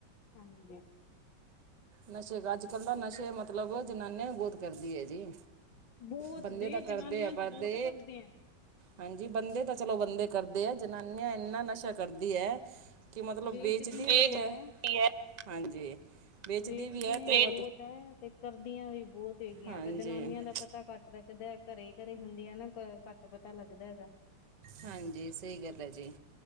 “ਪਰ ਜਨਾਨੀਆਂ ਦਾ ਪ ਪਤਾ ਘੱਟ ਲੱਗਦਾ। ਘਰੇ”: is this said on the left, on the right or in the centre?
Left